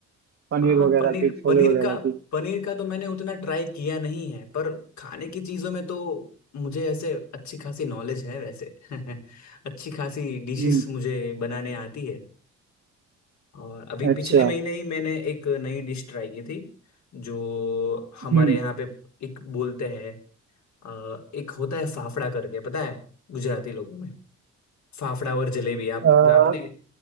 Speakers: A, on the right; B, on the left.
A: पनीर
B: हाँ
A: वगैरह
B: पनीर
A: की छोले
B: पनीर
A: वगैरह
B: का
A: की
B: पनीर का तो मैंने उतना ट्राई किया नहीं है पर खाने की चीजों में तो मुझे ऐसे अच्छी खासी नॉलेज है वैसे <laughs> अच्छी खासी डिशेस
A: हम्म
B: मुझे बनाने आती है और अभी पिछले
A: अच्छा
B: महीने ही मैंने एक नई डिश ट्राई की थी जो हमारे
A: हम्म
B: यहाँ पे एक बोलते हैं अ, एक होता है फाफड़ा करके पता है गुजराती लोगों में फाफड़ा और जलेबी आप
A: अह,
B: आपने